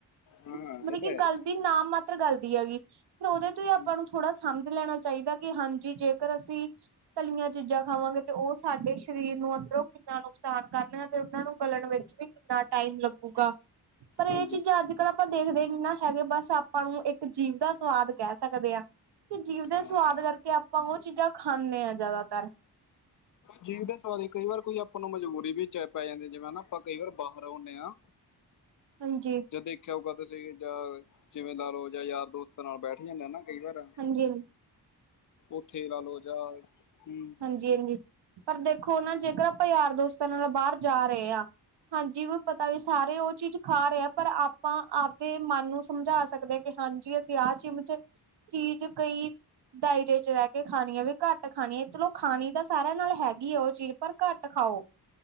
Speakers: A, on the left (about 50°); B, on the right (about 80°).
A: ਹਾਂ
B: ਮਤਲਬ
A: ਹਾਂ ਇਹ ਤਾਂ
B: ਕਿ
A: ਹੈ
B: ਗਲ
A: ਹੀ।
B: ਦੀਨਾ ਮਤ ਪੱਤਰ ਗੱਲਦੀ ਹੈਗੀ। ਫਿਰ ਉਹਦੇ ਤੋਂ ਹੀ ਆਪਾਂ
A: ਹਮ,
B: ਨੂੰ ਥੋੜਾ ਸਮਝ ਲੈਣਾ ਚਾਹੀਦਾ ਕਿ ਹਾਂਜੀ ਜੇਕਰ ਅਸੀਂ ਤਲੀਆਂ ਚੀਜ਼ਾਂ ਖਾਵਾਂਗੇ ਤੇ ਉਹ ਸਾਡੇ ਸਰੀਰ ਨੂੰ ਅੰਦਰੋਂ ਕਿੰਨਾ ਨੁਕਸਾਨ ਕਰਨ ਤੇ ਉਹਨਾਂ ਨੂੰ ਗਲਣ੍ ਵਿੱਚ ਵੀ ਕਿੰਨਾ ਟਾਈਮ ਲੱਗੂਗਾ ਪਰ ਇਹ
A: ਹਾਂਜੀ
B: ਚੀਜ਼ਾਂ ਅੱਜ ਕੱਲ ਆਪਾਂ ਦੇਖਦੇ ਇੰਨਾ ਹੈਗੇ ਬਸ ਆਪਾਂ ਨੂੰ ਇੱਕ ਜੀਭ ਦਾ ਸਵਾਦ ਕਹਿ ਸਕਦੇ ਹਾਂ। ਕਿ ਜੀਭ ਦੇ
A: ਹਾਂਜੀ
B: ਸਵਾਦ ਕਰਕੇ ਆਪਾਂ ਉਹ ਚੀਜ਼ਾਂ ਖਾਂਦੇ ਹਾਂ ਜ਼ਿਆਦਾਤਰ।
A: ਜੀ ਦਾ ਸਵਾਲ ਕਈ ਵਾਰ ਕੋਈ ਆਪਾਂ ਨੂੰ ਮਜਬੂਰੀ ਵੀ ਪੈ ਜਾਂਦੀ ਜਿਵੇਂ ਹਨ ਆਪਾਂ ਕਈ ਵਾਰ ਬਾਹਰ ਆਉਂਦੇ ਹਾਂ।
B: ਹਾਂਜੀ
A: ਜੇ ਦੇਖਿਆ ਹੋਊਗਾ ਤੁਸੀਂ ਜਾਂ ਜਿਵੇਂ ਲਾ ਲਓ ਜਾਂ ਯਾਰ ਦੋਸਤਾਂ ਨਾਲ ਬੈਠ ਜਾਂਦੇ ਨਾ। ਕਈ ਵਾਰ
B: ਹਾਂਜੀ
A: ਉਥੇ ਲਾ ਲੋ ਜਾ ਹਮ
B: ਹਾਂਜੀ ਪਰ ਦੇਖੋ ਨਾ ਜੇਕਰ ਆਪਾਂ ਯਾਰ ਦੋਸਤਾਂ ਨਾਲ ਬਾਹਰ ਜਾ ਰਹੇ ਹਾਂ। ਹਾਂਜੀ ਵੀ ਪਤਾ ਵੀ ਸਾਰੇ ਉਹ ਚੀਜ਼ ਖਾ ਰਹੇ ਪਰ ਆਪਾਂ ਆਪਦੇ ਮਨ ਨੂੰ ਸਮਝਾ ਸਕਦੇ ਹਾਂ ਕਿ ਹਾਂਜੀ ਅਸੀਂ ਆਹ ਚਿਮ ਚ ਚੀਜ਼ ਕਈ ਦਾਇਰੇ ਚ ਰਹਿ ਕੇ ਖਾਣੀ ਹੈ ਵੀ ਘੱਟ ਖਾਣੀ ਹੈ। ਚਲੋ ਖਾਣੀ ਤਾਂ ਸਾਰਿਆਂ ਨਾਲ ਹੈਗੀ ਆ, ਉਹ ਚੀਜ਼ ਪਰ ਘੱਟ ਖਾਓ